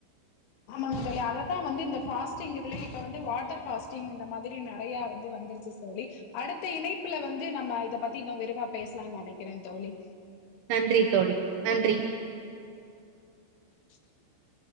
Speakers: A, on the left; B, on the right.
A: ஆமாங் தோழி அததா வந்து இந்த ஃபாஸ்டிங் இதுல இப்ப வந்து வாட்டர் ஃபாஸ்டிங் இந்த மாதிரி நெறைய வந்து வந்துருச்சு தோழி அடுத்த இணைப்புல வந்து நம்ம இத பத்தி இன்னு விரிவா பேசலா நெனக்கிறே தோழி
B: நன்றி தோழி நன்றி
A: <unintelligible>